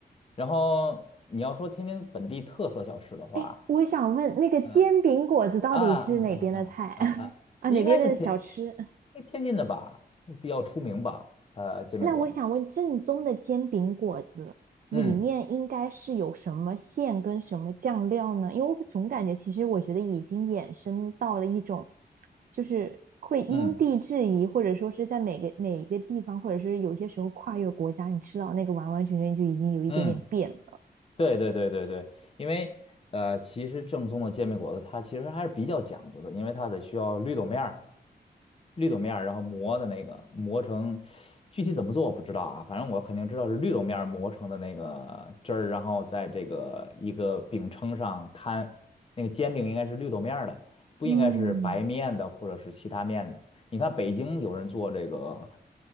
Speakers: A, on the left (about 35°); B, on the right (about 55°).
A: 然后你要说天津本地特色小吃的话，
B: 哎，我想问，那个煎饼果子到底是哪边的菜
A: 嗯啊啊啊啊啊啊，
B: <laughs> 啊？
A: 应该是天
B: 哪边的小吃？
A: 因为天津的吧，比较出名吧，呃，煎饼果子。
B: 那我想问，正宗的煎饼果子里面应该是有什么馅跟什么酱料呢？
A: 嗯
B: 因为我总感觉，其实我觉得已经衍生到了一种，就是会因地制宜，
A: 嗯
B: 或者说是在每个每一个地方，或者是有些时候跨越国家，你吃到那个完完全全就已经有一点点变了。
A: 嗯，对对对对对，因为呃，其实正宗的煎饼果子它其实还是比较讲究的，因为它得需要绿豆面儿。绿豆面儿，然后磨的那个磨成，具体怎么做我不知道啊，反正我肯定知道是绿豆面儿磨成的那个汁儿，然后在这个一个饼铛上摊，那个煎饼应该是绿豆面儿的，不应该是白面的或者是其他面的。
B: 嗯，
A: 你看北京有人做这个，